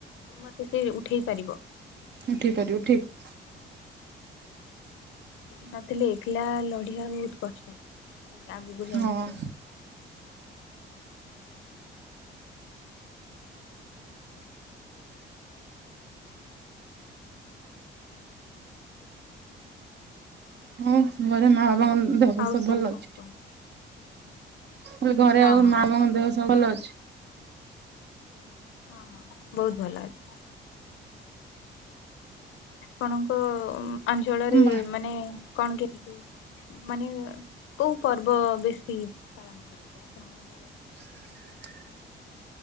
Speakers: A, on the left; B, on the right.
A: ମତେ ସେ ଉଠେଇ ପା ରିବ
B: ଉଠେଇପାରିବୁ ଠିକ
A: କେହି ନଥିଲେ ଏକଲା ଲଢିବା ବହୁତ କଷ୍ଟ ଆଗକୁ ଯାଇକି
B: ହଁ। ହୁ ଘରେ ମା ବାବାଙ୍କ ଦେହ ପା
A: ଆଉ ସବୁ
B: ଭଲ ଅଛି।
A: କଣ କୁହ
B: କ ଘରେ
A: ହଁ
B: ଆଉ
A: ହଁ
B: ମା
A: ସେମାନେ
B: ବାଙ୍କ ଦେହ ସବୁ ଭଲ
A: ବହୁତ
B: ଅଛି
A: ହଁ ହଁ ବହୁତ ଭଲ ଅଛି। ଆପଣଙ୍କ ଅଞ୍ଚଳରେ
B: ତମ ବା
A: ମାନେ କଣ କେମିତି? ମାନେ କୋଉ ପର୍ବ ବେଶୀ ପାଳନ କରାଯାଏ
B: <inaudible>
A: <unintelligible>